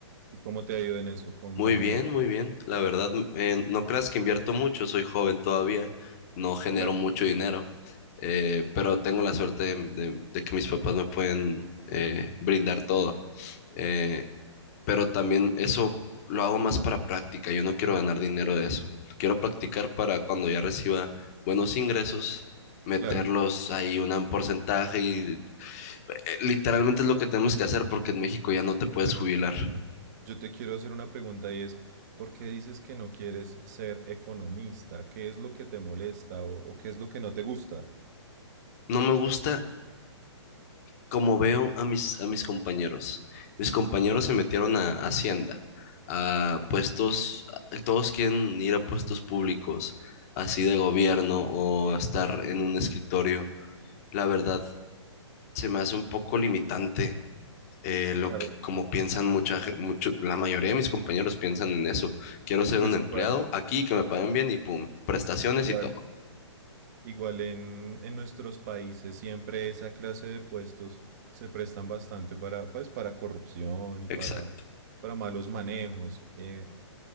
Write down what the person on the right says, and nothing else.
y cómo te ha ido en eso? Como,
claro,
claro.
Bueno,
yo te quiero hacer una pregunta y es, ¿por qué dices que no quieres ser economista? ¿Qué es lo que te molesta o, o qué es lo que no te gusta?
Claro.
Y pues
igual,
igual.
Igual en, en nuestros países siempre esa clase de puestos se prestan bastante para, pues, para corrupción y para,
para malos manejos. eh,